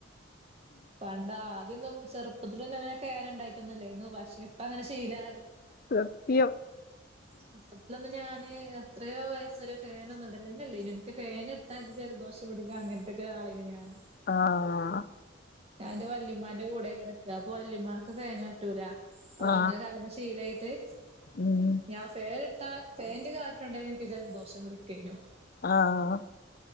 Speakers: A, on the right (about 30°); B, on the left (about 50°).
A: പണ്ട് ആദ്യൊന്നും ചെർപ്പത്തിലൊന്നും അങ്ങനെ ഫാൻ ഇണ്ടായിട്ടൊന്നുല്ലായ്ന്നു പക്ഷെ ഇപ്പ അങ്ങനെ ശീലായി
B: സത്യം
A: ചെറുപ്പത്തിലൊന്നും ഞാന് എത്രേ വയസ്സ് വരെ ഫാനൊന്നു ഇടല്ലെന്നെ ഇല്ലേനു ഇൻക് ഫാന് ഇട്ടാ ജലദോഷ പിടിക്കു അങ്ങൻത്തൊക്കെ ആളെയ്നു ഞാന്
B: ആഹ്
A: ഞാന്റെ വല്യുമാന്റെ കൂടെ കെടക്ക അപ്പൊ വല്യമാക്ക് ഫാന് പറ്റൂല അപ്പൊ
B: ആ
A: അങ്ങനെ കടന്ന് ശീലായ്ട്ട്
B: ഉം.
A: ഞാ ഫാന്ട്ടാ ഫേന്റെ കാറ്റൊണ്ട എൻക്ക് ജല ദോഷം പിടിക്കേനു
B: ആഹ്